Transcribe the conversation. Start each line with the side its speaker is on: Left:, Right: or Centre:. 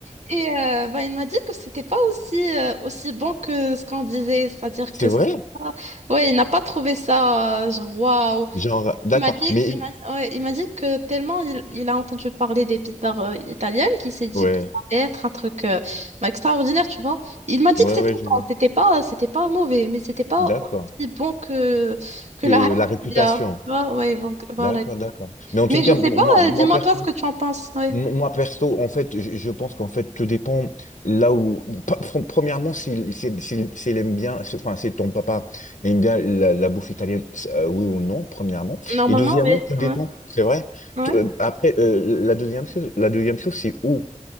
Right: Et euh, bah, il m'a dit que c'était pas aussi, euh, aussi bon que ce qu'on disait, c'est-à-dire
Left: C'est
Right: que c'est
Left: vrai?
Right: pas- ouais, il n'a pas trouvé ça, euh, genre waouh.
Left: Genre, d'accord.
Right: Il m'a dit,
Left: Mais,
Right: il m'a ouais, il m'a dit que tellement il, il a entendu parler des pizzas euh, italiennes qu'il s'est dit
Left: ouais,
Right: que ça allait être un truc euh, bah, extraordinaire, tu vois. Il m'a dit
Left: ouais,
Right: que c'était
Left: ouais, je
Right: bon,
Left: vois.
Right: c'était pas, c'était pas mauvais, mais c'était pas
Left: D'accord.
Right: aussi bon que, que
Left: Que
Right: la
Left: la
Right: hype
Left: réputation.
Right: qu'il y a. Ouais, ouais, voilà.
Left: D'accord, d'accord. Mais en tout
Right: Mais
Left: cas,
Right: je
Left: moi,
Right: sais pas,
Left: moi,
Right: euh, dis-moi
Left: perso.
Right: toi ce que tu en penses. ouais.
Left: Mo- Moi, perso, en fait, je je pense qu'en fait, tout dépend là où. pa- pr- Premièrement, s'il s'il- s'il- s'il aime bien, c'est- enfin, si ton papa aime bien la, la bouffe italienne, c'est- euh, oui ou non, premièrement.
Right: Normalement,
Left: Et deuxièmement,
Right: oui.
Left: tout dépend,
Right: Ouais,
Left: c'est vrai.
Right: ouais.
Left: Tu- euh, Après, euh, la deuxième chose, la deuxième chose, c'est où.